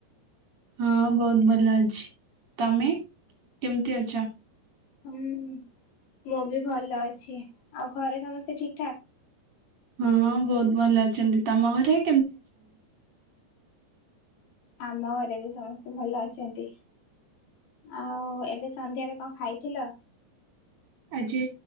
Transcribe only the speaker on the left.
ହୁଁ ମୁଁ ବି ଭଲ ଅଛି ଆଉ ଘରେ ସମସ୍ତେ ଠିକ୍ ଠାକ୍।
ଆମ ଘରେ ବି ସମସ୍ତେ ଭଲ ଅଛନ୍ତି ଆଉ ଏବେ ସନ୍ଧ୍ୟାରେ କଣ ଖାଇଥିଲ।